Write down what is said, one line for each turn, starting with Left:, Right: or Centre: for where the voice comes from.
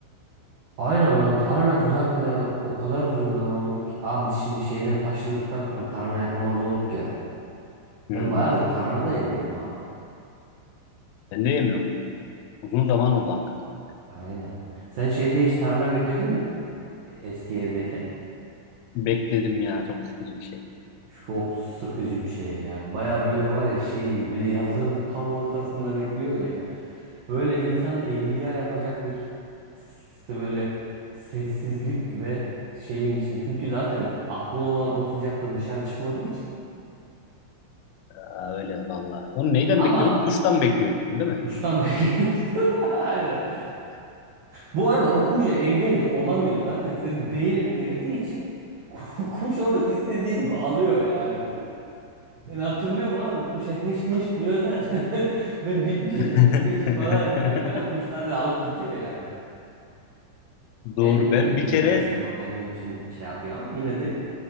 Right: Aynen lan tarhana kızartmayalı o kadar uzun zaman oldu ki. Abi biz şimdi şeyden taşındıktan sonra tarhana yapamaz olduk ya.
Left: Hı.
Right: Ben bayağıdır tarhana da yemiyorum ha.
Left: Ben de yemiyorum. Uzun zaman oldu hakikaten. ya.
Right: Aynen. Sen şeyde hiç tarhana bekledin mi? E, Eski evdeyken.
Left: Bekledim ya çok sıkıcı bir şey.
Right: Çok sıkıcı bir şey ya. Baya böyle var ya şey gibi bir de yazının tam ortasında bekliyorsun ya. Böyle insanı evliya yapacak bir s- böyle sessizlik ve şeyin için. Çünkü zaten aklı olan o sıcakta dışarı çıkmadığı için.
Left: Aa, öyle valla. Onu neyden
Right: Ama
Left: bekliyordun? Kuştan bekliyordun değil mi?
Right: kuştan <laughs> bekliyorsun. Aynen. Bu arada o kuşa engel de olamıyorsun. Zaten senin beynin eridiği için <laughs> Kuş onu istediği gibi alıyor yani. Ben hatırlıyorum abi kuşa hışt mışt diyor zaten. <laughs> Ben bitmişim
Left: <laughs>
Right: zaten hışt falan yapıyorum ya. Kuş zaten alıp gidiyor yani.
Left: Doğru.
Right: Elbette
Left: Ben
Right: öyle
Left: bir
Right: değil.
Left: kere
Right: Yani sen orada olduğun için şey yapıyor ama yine de